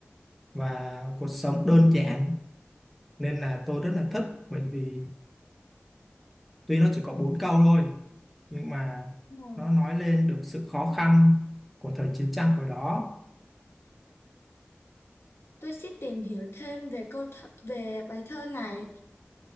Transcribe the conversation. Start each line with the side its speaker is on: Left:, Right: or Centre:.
Centre: và cuộc sống đơn giản nên là tôi rất là thích bởi vì tuy nó chỉ có bốn câu thôi nhưng mà
Left: đúng rồi.
Centre: nó nói lên được sự khó khăn của thời chiến tranh hồi đó
Left: Tôi sẽ tìm hiểu thêm về câu thơ, về bài thơ này,